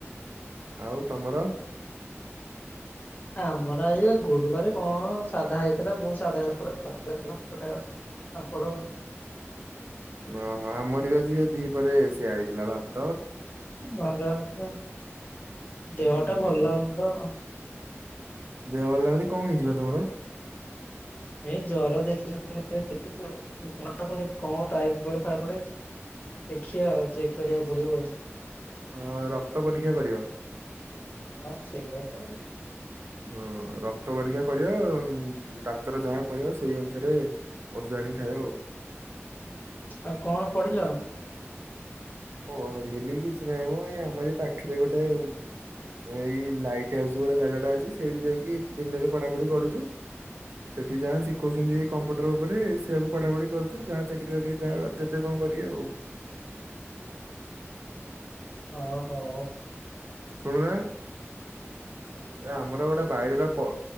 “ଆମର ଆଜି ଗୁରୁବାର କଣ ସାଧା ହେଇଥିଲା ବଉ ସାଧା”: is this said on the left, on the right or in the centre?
Left